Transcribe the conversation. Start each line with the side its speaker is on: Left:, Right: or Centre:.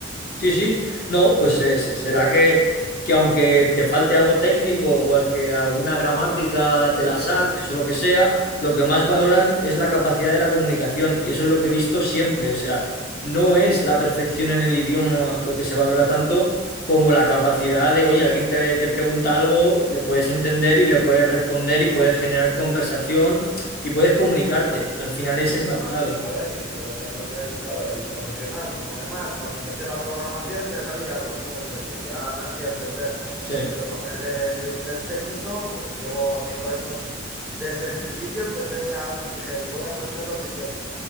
Left: Sí, sí. No, pues eh, se- será que, que aunque te falte algo técnico o al que alguna gramática te la saltes
Centre: Eso.
Left: o lo que sea, lo que más valoran es la capacidad de la comunicación. Y eso es lo que he visto siempre. O
Centre: Claro.
Left: sea, no es la perfección en el idioma lo que se valora tanto como la capacidad de, oye, alguien te, te pregunta algo, le puedes entender y le puedes responder y puedes generar conversación
Centre: Claro.
Left: y puedes comunicarte. Al final
Centre: Sí,
Left: esa es
Centre: no,
Left: la
Centre: no,
Left: clave,
Centre: y
Left: ¿no?
Centre: a ver, y que yo todo lo que es, claro, el profesional, como además cuando empecé la programación ya sabía algo, venía de Suecia, ya me hacía entender,
Left: Sí,
Centre: pero lo que es el inglés técnico, pues llevo cinco años, desde el principio empecé a, dije, voy a aprenderlo en inglés,